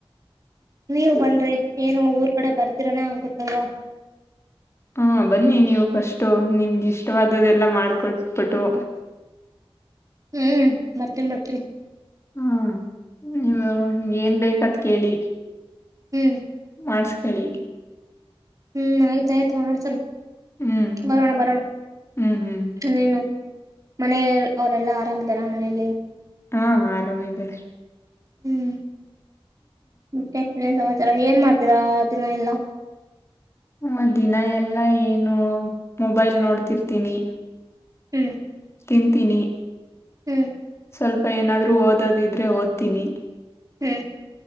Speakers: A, on the right; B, on the left.
A: ನೀವು ಬನ್್ರಿ ಏನು ಊರ್ ಕಡೆ ಬರ್ತೀರನೇ ಆಗುತ್ತಯ.
B: ಹಾ ಬನ್ನಿ ನೀವು ಫಸ್ು ನಿಮ್ಗೆ ಇಷ್ಟವಾದ್ದಲ್ಲ ಮಾಡ್ಕೊಟ್ಬಿಟ್ಟು.
A: ಹ್ಮ್ ಬರ್ತೀನ್ಿ ಬರ್ತೀನ್ಿ.
B: ಹ್ಮ್. ಹ ಏನ್ ಬೇಕತ್. ಕೇಳಿ.
A: ಹ್ಮ್
B: ಮಾಡ್ಿಸಕೊಳ್ಳಿ.
A: ಹ್ಮ್ ಆಯ್ತ ಆಯ್ತ್ ಮಾಡ್ ಸನಾ
B: ಹ್ಮ್
A: ಬರೋಣ ಬರೋಣ
B: ಹ್ಮ್ ಹ್ಮ್
A: ನೀನು. ಮನೆ ಅವ್ರೆಲ್ಲಾ ಆರಾಮಿದಾರ ಮನೆಯಲ್ಲಿ
B: ಹಾ ಆರಾಮಿದಾರ್ ರೀ
A: ಹ್ಮ್. ಮತ್ತೆ ಏನ್ ಸಮಚ್ ರ ಏನ್ ಮಾಡ್ತೀರಾ ದಿನ ಎಲ್ಲಾ
B: ಹ ದಿನ ಎಲ್ಲಾ ಏನು ಮೊಬೈಲ್ ನೋಡ್ತಿರ್ತೀನಿ.
A: ಹ್ಮ್.
B: ತಿಂತೀನಿ
A: ಹ್ಮ್.
B: ಸ್ವಲ್ಪ ಏನಾದ್ೂ ಓದದ ಇದ್ ದ್ರೆ ಓದ್ತೀನಿ.
A: ಹ್ಮ್.